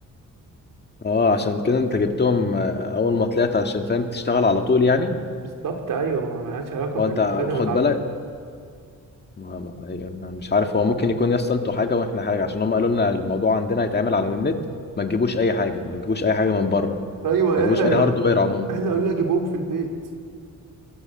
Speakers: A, on the left; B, on the right.
A: اه عشان كده انت جبتهم آه، اول ما طلعت عشان فاهم تشتغل على طول يعني
B: بالظبط ايوه ما ما لهاش علاقه
A: ما
B: بالوسايط
A: انت
B: المتعدده
A: خد بالك ما ما- يعني مش عارف هو ممكن يكون يس انتوا حاجه واحنا حاجه عشان هم قالوا لنا الموضوع عندنا هيتعمل على النت ما تجيبوش اي حاجه ما تجيبوش اي حاجه من بره ما
B: ايوه
A: تجيبوش
B: احنا
A: اي هاردوير عموما
B: احنا قلنا جيبهم في البيت